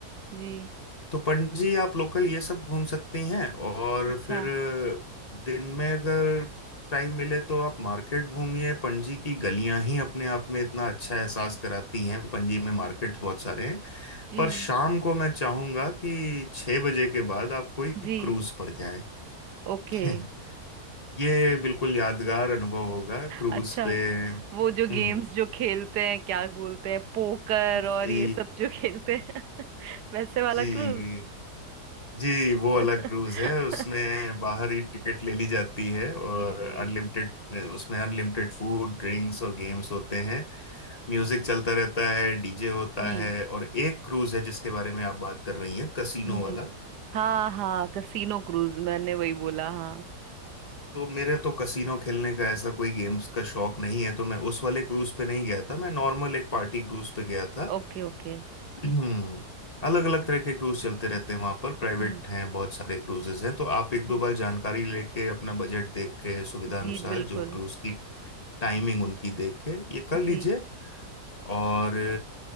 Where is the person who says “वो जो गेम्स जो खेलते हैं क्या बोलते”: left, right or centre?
Right